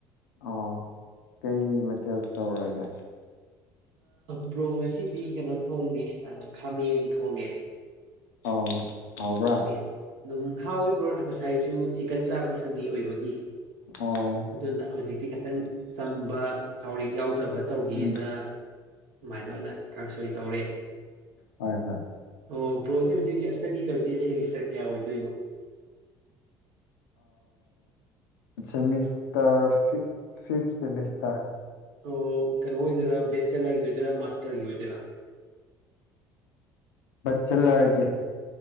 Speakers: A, on the left; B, on the right.
A: ꯑ ꯀꯩ ꯃꯊꯦꯜ ꯇꯧꯔꯒꯦ
B: ꯕ꯭ꯔꯣꯡ ꯑꯁꯤꯗꯤ ꯀꯩꯅꯣ ꯊꯣꯡꯉꯦ ꯈꯥꯃꯦꯟ ꯊꯣꯡꯉꯦ
A: ꯑ ꯍꯥꯎꯕ꯭ꯔꯥ
B: ꯈꯥꯃꯦꯟ ꯑꯗꯨꯝ ꯍꯥꯎꯕ꯭ꯔꯣꯅ ꯉꯁꯥꯏꯁꯨ ꯆꯤꯛꯀꯟ ꯆꯥꯕ ꯁꯟꯗꯤ ꯑꯣꯏꯕꯒꯤ
A: ꯑꯣ
B: ꯑꯗꯨꯅ ꯍꯧꯖꯤꯛꯇꯤ ꯈꯤꯇꯪ ꯇꯝꯕ ꯊꯧꯔꯤꯛ ꯌꯥꯎ ꯑꯕ ꯇꯧꯒꯦꯅ
A: ꯎꯝ
B: ꯁꯃꯥꯏꯅ ꯑꯣꯏꯅ ꯀꯥꯡꯁꯣꯏ ꯇꯧꯔꯦ
A: ꯍꯣꯏ ꯍꯣꯏ
B: <unintelligible> ꯁꯤꯁ ꯀꯌꯥ ꯑꯣꯏꯏꯗꯣꯏꯅꯣ
A: ꯑꯃꯤꯁꯔ ꯐꯤꯐꯃꯤꯁ
B: ꯑꯣ ꯀꯩꯅꯣ ꯑꯣꯏꯗꯣꯏꯔ ꯕꯦꯆꯦꯂꯔꯒꯤ ꯑꯣꯏꯗꯣꯏꯔꯥ ꯃꯥꯁꯇꯔꯒꯤ ꯑꯣꯏꯗꯣꯏꯔꯥ <unintelligible>
A: ꯆꯜ ꯂ ꯀꯦ